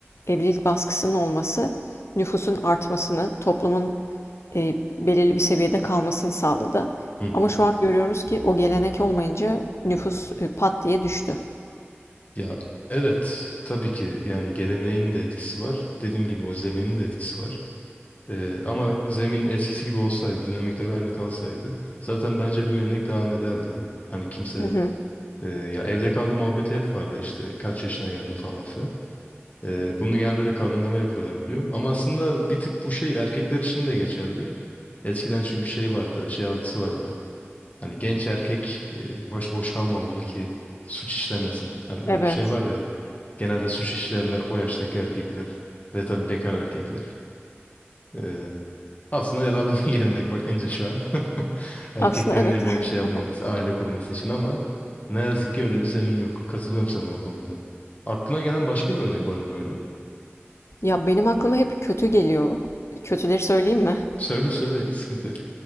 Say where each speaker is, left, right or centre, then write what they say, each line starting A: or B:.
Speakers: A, on the left (about 80°); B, on the left (about 35°).
A: evlilik baskısının olması nüfusun artmasını, toplumun eee, belirli bir seviyede kalmasını sağladı.
B: Hı hı.
A: Ama şu an görüyoruz ki o gelenek olmayınca nüfus, eee, pat diye düştü.
B: Ya evet tabii ki yani geleneğin de etkisi var. Dediğim gibi o zeminin de etkisi var. Ee, ama zemin eskisi gibi olsaydı, dinamikler aynı kalsaydı zaten bence bu gelenek devam ederdi. Hani kimse
A: Hı hı.
B: Ee, ya evde kaldı muhabbeti hep vardı işte kaç yaşına geldin falan filan. Ee, bunu genelde de kadınlara yapıyorlar biliyorum. Ama aslında bir tık bu şey erkekler için de geçerli. Eskiden çünkü şey vardı, şey algısı vardı. Hani genç erkek e, başıboş kalmamalı ki suç işlemesin. Hani öyle
A: Evet.
B: bir şey var ya. Genelde suç işleyenler o yaştaki erkekler ve tabii bekar erkekler. Ee, aslında yararlı bir <laughs> gelenek bakınca şu an. <laughs> Erkeklerin
A: Aslında evet.
B: evlenip
A: <laughs>
B: şey yapmaması, aile kurması için ama ne yazık ki öyle bir zemin yok. Katılıyorum sana o konuda. Aklına gelen başka bir örnek var mı böyle?
A: Ya, benim aklıma hep kötü geliyor. Kötüleri söyleyeyim mi?
B: Söyle söyle, hiç sıkıntı yok.